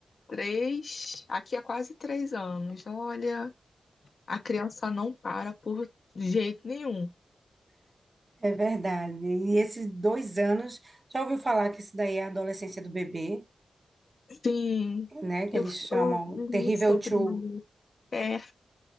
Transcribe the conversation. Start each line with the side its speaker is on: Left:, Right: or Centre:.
Left: três, aqui é quase três anos. Olha, a criança não para por jeito nenhum.
Right: é verdade. E esses dois anos, já ouviu falar que isso daí é a adolescência do bebê,
Left: Sim,
Right: né, que
Left: eu,
Right: eles chamam
Left: eu li
Right: Terrível
Left: sobre
Right: Two.
Left: é,